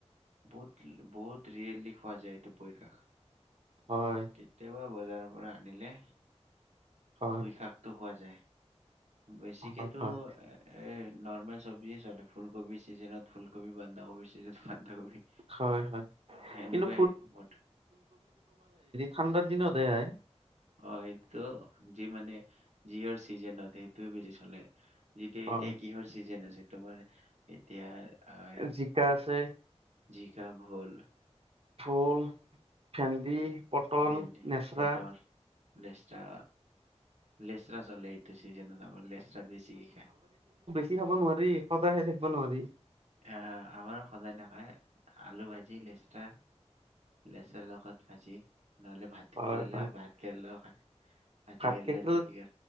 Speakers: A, on the right; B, on the right.
A: বহুত বহুত ৰিয়েৰলি খোৱা যায় এইটো পুই শাক
B: হয়
A: কেতিয়াবা বজাৰ ৰ পৰা আনিলে
B: হয়
A: বিষাক্ত পোৱা যায়। বেছিকেতো
B: হয় হয়
A: এ নৰ্মেল চবজি এ চলে ফুলকবি চিজনত ফুলকবি বন্ধাকবি চিজনত বানধাকবি,
B: হয় হয়
A: সেনেকুৱাই
B: কিন্তু
A: মোৰ।
B: ঠাণ্ডা দিনতে। <unintelligible>
A: অ', সেইটো যি মানে, যিহৰ <unintelligible> সেইটোৱে বেছি চলে। যেতিয়া এতিয়া
B: অ
A: কিহৰ চিজেন আছে। তোমাৰ এতিয়া আহ
B: জিকা আছে।
A: জিকা, ভুল।
B: ফুল। ভেন্দি। পটল,
A: ভেন্দি,
B: নেচৰা।
A: পটল লেচৰা। লেচৰা চলে এইটো চিজনত আমাৰ, লেচৰা বেছিকে খায়।
B: খব নোৱাৰি সদায় খাই থাকিব নোৱাৰি।
A: আহ আমাৰো সদায় নখায়, আলু ভাজি লেচৰা লেচেৰা লগত আজি নহ'লে ভাতকেৰেলা
B: হয় হয়
A: ভাতকেৰেলা খায়।
B: ভাত
A: কেৰেলা
B: কেৰেল
A: তেতিকা